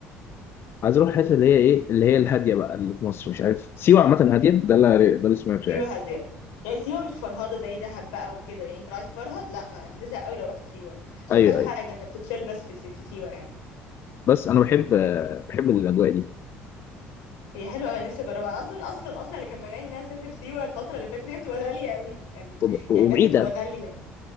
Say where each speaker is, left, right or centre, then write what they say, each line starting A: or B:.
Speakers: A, on the left; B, on the left.
A: عايز اروح الحته اللي هي ايه اللي هي الهاديه بقى اللي في مصر مش عارف سيوه عامه هاديه ده اللي ده اللي سمعته
B: سيوه
A: يعني
B: هاديه يعني سيوه مش فرهده زي دهب بقى وكده يعني انت لو عايز تفرهد لا ما هتزهق قوي لو رحت سيوه عشان
A: ايوه
B: ما فيهاش حاجه
A: ايوه
B: انت بتتشيل بس في سي- في سيوه يعني
A: بس انا بحب آه، بحب الاجواء دي
B: هي حلوه قوي نفسي اجربها اصلا اصلا اصلا اللي كان مجاني ان انا اسافر سيوه الفتره اللي فاتت هي بتبقى غاليه قوي يعني
A: وب- وبعيدة
B: يعني بجد بتبقى غاليه